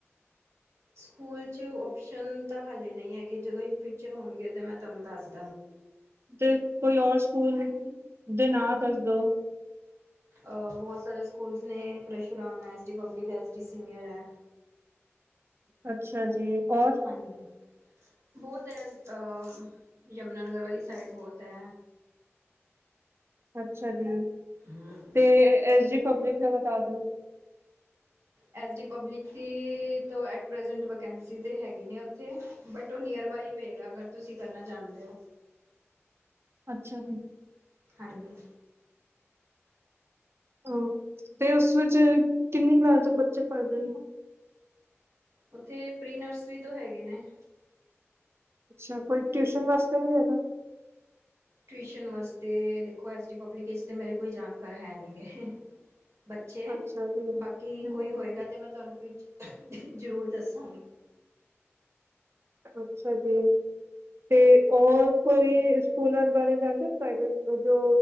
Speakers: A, on the right; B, on the right.
A: ਸਕੂਲ 'ਚ ਓਪਸ਼ਨ ਤਾਂ ਹਾਲੇ ਨਈ ਹੈਗੇ, ਜਦੋਂ ਇਨ ਫਿਊਚਰ ਹੋਨਗੇ ਤੇ ਮੈਂ ਤੁਆਨੂੰ ਦੱਸ ਦ
B: ਤੇ ਕੋਈ ਔਰ ਸਕੂਲ ਦੇ ਨਾ ਦੱਸ ਦੋ।
A: ਅ ਬੌਤ ਸਾਰੇ ਸਕੂਲਸ ਨੇ ਪਰਸੂ਼ਰਾਮ ਐ, S D public, S D senior ਐ।
B: ਅੱਛਾ ਜੀ। ਔਰ
A: ਹਾਂਜੀ। ਬੌਤ ਐ, ਅਹ ਯਮੁਨਾਨਗਰ ਵਾਲੀ ਸਾਈਡ ਬੌਤ ਐ।
B: ਅੱਛਾ ਜੀ।
A: ਹੂੰ।
B: ਤੇ ਐਸ ਡੀ ਪਬਲਿਕ ਦਾ ਬਤਾ ਦੋ।
A: ਐਸ ਡੀ ਪਬਲਿਕ ਦੀ ਤੋ ਐਟ ਪ੍ਰੈਜੈਂਟ ਵੈਕੈਂਸੀ ਤੇ ਹੈਗੀ ਨੀ ਓਥੇ। ਬਟ ਤੋ ਨੀਅਰ ਬਾਈ ਪਏਗਾ ਅਗਰ ਤੁਸੀਂ ਕਰਨਾ ਚਾੰਦੇ ਔ।
B: ਅੱਛਾ ਜੀ।
A: ਹਾਂਜੀ।
B: ਅ ਤੇ ਉਸ ਵਿੱਚ ਕਿੰਨੀ ਕਲਾਸ ਤੋਂ ਬੱਚੇ ਪੜ੍ਹਦੇਨ?
A: ਉੱਥੇ ਪ੍ਰੀ ਨਰਸਰੀ ਤੋਂ ਹੈਗੇ ਨੇ।
B: ਅੱਛਾ, ਕੋਈ ਟਿਊਸ਼ਨ ਵਾਸਤੇ ਵੀ ਹੈਗੈ?
A: ਟਿਊਸ਼ਨ ਵਾਸਤੇ ਦੇਖੋ ਐਸ ਡੀ ਪਬਲਿਕ ਇਸ ਤੇ ਮੇਰੇ ਕੋਈ ਜਾਣਕਾਰ ਹੈ ਨੀ ਗੇ। ਬੱਚੇ,
B: ਅੱਛਾ ਜੀ
A: ਬਾਕੀ
B: ਹਮ,
A: ਕੋਈ ਹੋਏਗਾ ਤੇ ਮੈਂ ਤੁਆਨੂੰ ਫਿਉਚ ਜ਼ਰੂਰ ਦੱਸਾਂਗੀ।
B: ਅੱਛਾ ਜੀ। ਤੇ ਔਰ ਕੋਈ ਸਕੂਲਾਂ ਦੇ ਬਾਰੇ ਜਾਨਦੇ ਔ, ਪ੍ਰਾਈਵੇਟ ਜੋ